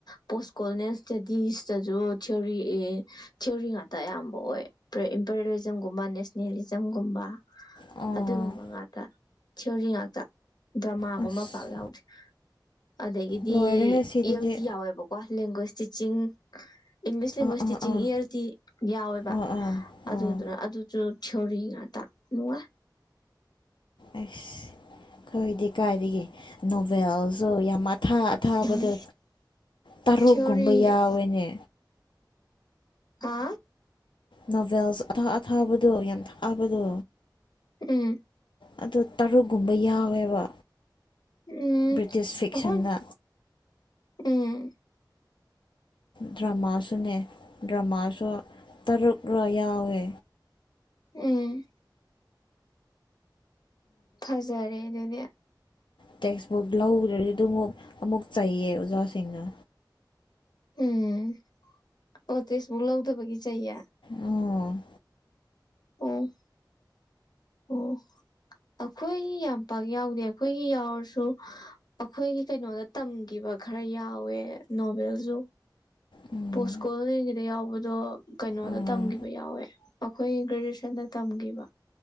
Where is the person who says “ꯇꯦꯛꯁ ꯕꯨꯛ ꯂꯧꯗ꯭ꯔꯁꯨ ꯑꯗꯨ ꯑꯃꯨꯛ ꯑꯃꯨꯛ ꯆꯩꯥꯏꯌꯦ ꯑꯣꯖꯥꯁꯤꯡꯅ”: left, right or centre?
Left